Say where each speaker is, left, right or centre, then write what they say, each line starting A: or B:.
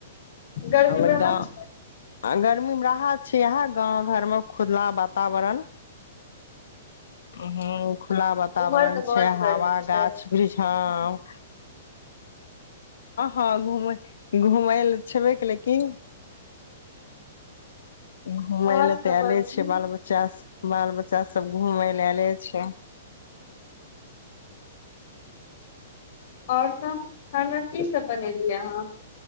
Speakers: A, on the left; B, on the left.
A: गर्मी
B: आ
A: मे राहत
B: गर्मीमे राहत छै है गाँव घरमे खुला वातावरण हूँ खुला वातावरण
A: इम्हर तऽ बहुत
B: छै हवा
A: गर्मी छै
B: गाछ वृछ हँ हँ घ घुमय लए छेबे कलैेकिन घुमय
A: और
B: ल
A: सब
B: तऽ
A: बाजू
B: आऐले छै बाल बच्चा बाल बच्चा सब घुमय लए एयले छै
A: आओर सब खाना की सब बनेलियै अहाँ